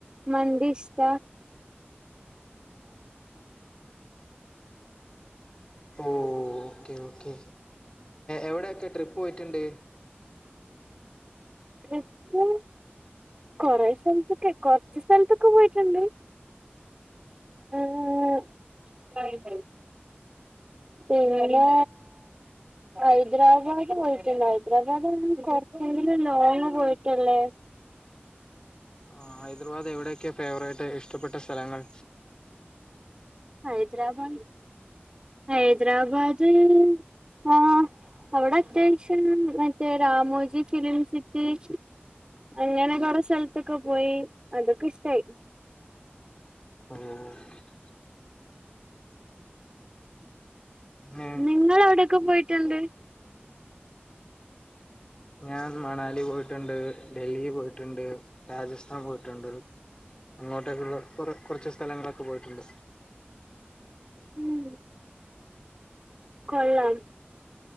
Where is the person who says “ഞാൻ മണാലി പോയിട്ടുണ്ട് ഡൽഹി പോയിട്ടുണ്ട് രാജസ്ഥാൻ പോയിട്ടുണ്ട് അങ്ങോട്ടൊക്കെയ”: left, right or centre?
Left